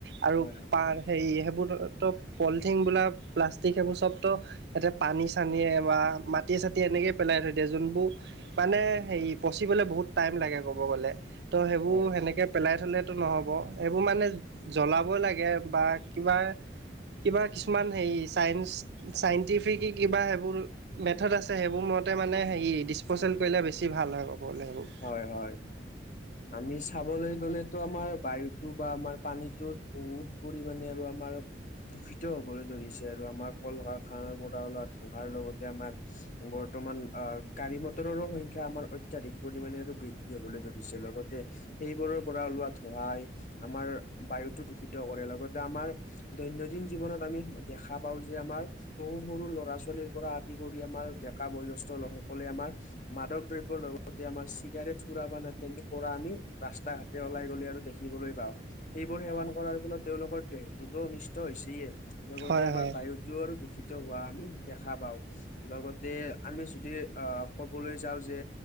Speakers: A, on the right (about 70°); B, on the left (about 45°).
A: আৰু
B: হয়
A: পাৰ সেই সেইবোৰতো পলিথিনবিলাক প্লাষ্টিক সেইবোৰ সব ত ইয়াতে পানী-চানীয়ে বা মাটিয়ে-চাটিয়ে এনেকে পেলাই থৈ দিয়ে। যোনবোৰ মানে হেৰি পঁছিবলে বহুত টাইম লাগে ক'ব গ'লে। ত' সেইবোৰ
B: হয়
A: সেনেকে পেলাই থ'লেতো নহ'ব। সেইবোৰ মানে জ্বলাব লাগে বা কিবা কিবা কিছুমান হেৰি চাইঞ্চ চাইন্টিফিকি কিবা সেইবোৰ মেথ'ড আছে, সেইবোৰ মতে মানে হেৰি ডিচপ'চেল কৰিলে বেছি ভাল হয় ক'ব গ'লে সেইবোৰ।
B: হয়, হয়। আমি চাবলৈ গ'লেতো আমাৰ বায়ুতো বা আমাৰ পানীতো বহু পৰিমাণে আৰু আমাৰ দূষিত হ'বলৈ ধৰিছে আৰু আমাৰ কল-কাৰখানাৰ পৰা ওলোৱা ধোঁৱাৰ লগতে আমাৰ বৰ্তমান আহ গাড়ী-মটৰৰো সংখ্যা আমাৰ অত্যাধিক। পৰিমাণে আৰু বৃদ্ধি হ'বলৈ ধৰিছে। লগতে সেইবোৰৰ পৰা ওলোৱা ধোঁৱাই আমাৰ বায়ুতো দূষিত কৰে লগতে আমাৰ দৈনন্দিন জীৱনত আমি দেখা পাওঁ যে আমাৰ সৰু সৰু ল'ৰা-ছোৱালীৰ পৰা আদি কৰি আমাৰ ডেকা, বয়োজ্যেষ্ঠ লোকসকলে আমাৰ মাদক দ্ৰব্য লগতে আমাৰ চিগাৰেট, সুৰাপান আৰু তেওঁলোকে পৰা আমি ৰাস্তা-ঘাটে ওলাই গ'লে আৰু দেখিবলৈ পাওঁ। সেইবোৰ সেৱন কৰাৰ ফলত তেওঁলোকৰ দেহ টো অনিষ্ট হৈছেয়ে, লগতে
A: হয়
B: আমাৰ
A: হয়
B: বায়ুটোও আৰু দূষিত হোৱা আমি দেখা পা বাৰু, লগতে আমি যদি অ', ক'বলৈ যাওঁ যে